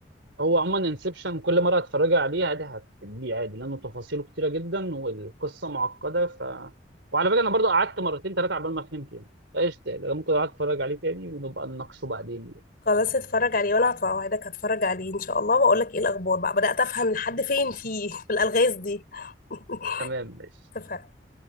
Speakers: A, on the right; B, on the left.
A: هو عموما انسبشن كل مره هتتفرجي عليه عادي هتحبيه عادي لانه تفاصيله كتيره جدا والقصه معقده ف وعلى فكره انا برضو قعدت مرتين ثلاثه عبال ما فهمت يعني فايش تاني انا ممكن اقعد اتفرج عليه تاني ونبقى نناقشه بعدين يعني.
B: خلاص اتفرج عليه وانا هتوعدك هتفرج عليه ان شاء الله واقول لك ايه الاخبار بقى بدات افهم لحد فين فيه في الالغاز دي <laughs>
A: تمام ماشي
B: اتفقنا